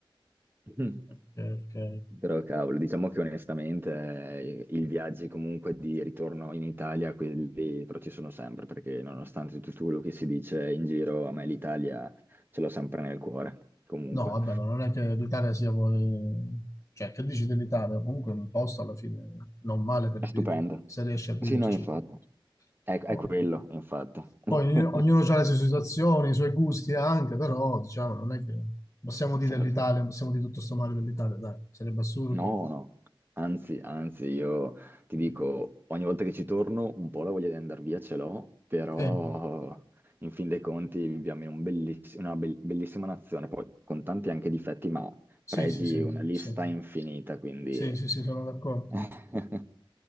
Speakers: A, on the right; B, on the left.
A: <clears throat>
B: ok, ok.
A: Però cavolo, diciamo che onestamente eh, i, i viaggi comunque di ritorno in Italia, quelli però ci sono sempre, perché nonostante tutto quello che si dice in giro, a me l'Italia ce l'ho sempre nel cuore, comunque.
B: No, vabbè, ma non è che l'Italia sia... poi- Cioè, che dici dell'Italia? Comunque è un posto alla fine non male per
A: È stupendo.
B: vivere, se riesci a viverci.
A: Sì, no, infatti. È, è
B: Poi,
A: quello, infatti. <laughs>
B: poi ogni- ognuno ha le sue situazioni, i suoi gusti anche, però diciamo, non è che possiamo dire
A: Certo.
B: dell'Italia, possiamo dire tutto sto male dell'Italia, dai, sarebbe assurdo.
A: No, no, anzi, anzi, io ti dico, ogni volta che ci torno un po' la voglia di andare via ce l'ho, però
B: Sì,
A: in fin dei conti viviamo in un belliss- una bel- bellissima nazione, poi con tanti anche difetti, ma
B: sì,
A: pregi
B: sì, sì,
A: una lista
B: sì,
A: infinita, quindi...
B: sì, sì, sì, sono d'accordo.
A: <laughs>